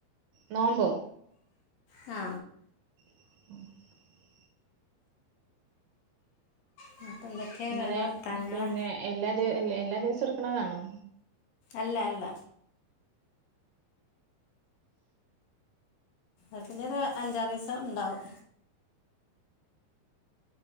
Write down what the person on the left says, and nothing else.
ആ
എന്നിട്ട് എന്തൊക്കെയാ
വേറെ വർത്താനങ്ങള്
അല്ല അല്ല അതിന്റേത് അഞ്ചാറ് ദീസം ഇണ്ടാവും